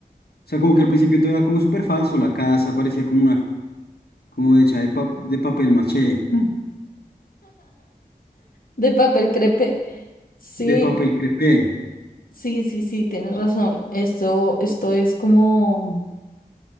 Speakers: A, on the left; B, on the left.
A: o sea, como que al principio todo era como súper falso, la casa parecía como una, como hecha de, pa- de papel maché, Mm.
B: de papel crepé. Sí,
A: de papel crepé,
B: sí, sí, sí, tienes razón. Esto, esto es como,